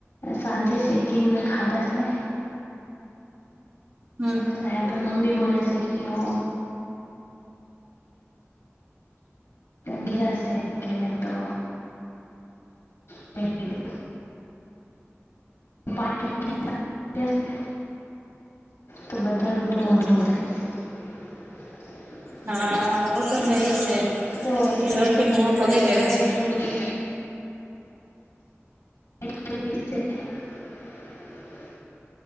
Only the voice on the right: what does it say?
હા.
અચ્છા
હા વો તો હે ઈ છે પિલરથી
ધુઓ પગઈ રહે
છે